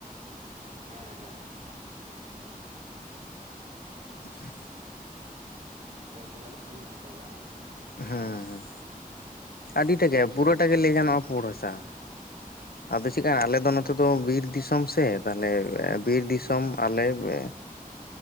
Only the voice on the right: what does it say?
ᱦᱮᱸ ᱦᱮᱸ ᱦᱮᱸ᱾
ᱟᱯᱮ ᱚᱱᱛᱮ ᱫᱚ ᱛᱟᱦᱞᱮ ᱯᱩᱲ ᱦᱟᱥᱟ ᱵᱟᱝ?
ᱟᱪᱪᱷᱟ
ᱟᱪᱪᱷᱟ